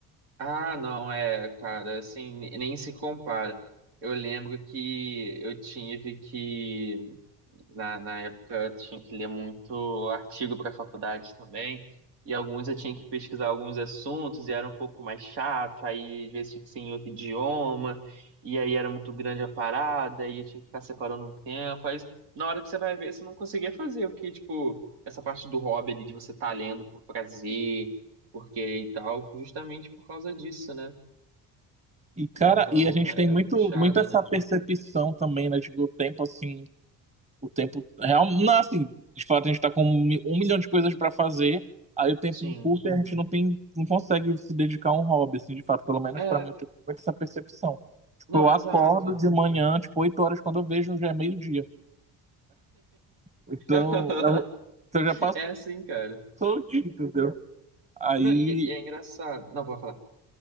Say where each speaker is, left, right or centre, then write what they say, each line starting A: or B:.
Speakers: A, on the right; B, on the right.
A: Ah, não, é, cara, assim, nem se compara. Eu lembro que eu tive que, na, na época, eu tinha que ler muito artigo para a faculdade também, e alguns eu tinha que pesquisar alguns assuntos, e era um pouco mais chato, aí às vezes tinha que ser em outro idioma, e aí era muito grande a parada, e eu tinha que ficar separando o tempo, aí na hora que você vai ver, você não conseguia fazer o que, tipo, essa parte do hobby ali, de você estar lendo por prazer, porque e tal, justamente por causa disso, né?
B: E, cara,
A: Então
B: e a gente
A: é
B: tem muito,
A: é puxado,
B: muito essa
A: né?
B: percepção também, né? De que o tempo, assim, o tempo real. Não, assim, de fato, a gente tá com um mi- um milhão de coisas pra fazer, aí o tempo
A: Sim.
B: encurta e a gente não tem, não consegue se dedicar a um hobby, assim, de fato, pelo menos
A: É,
B: pra mim, eu tenho muito essa percepção. Tipo,
A: não,
B: eu
A: exato.
B: acordo de manhã, tipo, 8 horas, quando eu vejo, já é meio-dia. Então,
A: <laughs>
B: eu, então já passou
A: É assim, cara.
B: o dia, entendeu? Aí,
A: Não, e, e é engraçado. Não, vou falar.